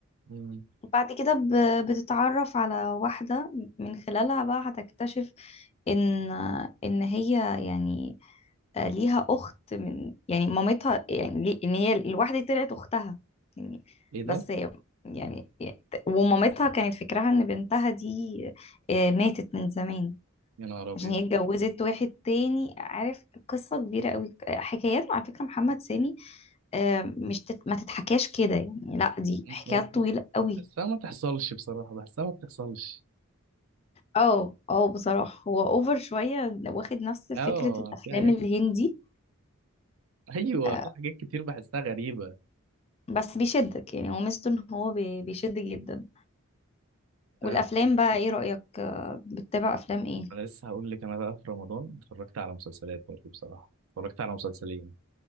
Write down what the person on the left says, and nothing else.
بعد كده ب- بتتعرف على واحدة من خلالها بقى هتكتشف ان ان هي يعني آه، ليها اخت من يعني مامتها يعني ليه- ان هي الواحدة دي طلعت اختها يعني
بس هي- يعني ومامتها كانت فكرها ان بنتها دي آه، ماتت من زمان
عشان هي اتجوزت واحد تاني عارف قصة كبيرة قوي حكايات على فكرة محمد سامي آه، مش تت... ما تتحكاش كده يعني لا دي
حكايات
طويلة قوي
اه اه بصراحة هو اوفر شوية واخد نفس فكرة
الافلام
الهندي
آه،
بس بيشدك يعني هو ميزته ان هو بي- بيشد جدا والافلام
بقى ايه رأيك آه، بتتابع افلام ايه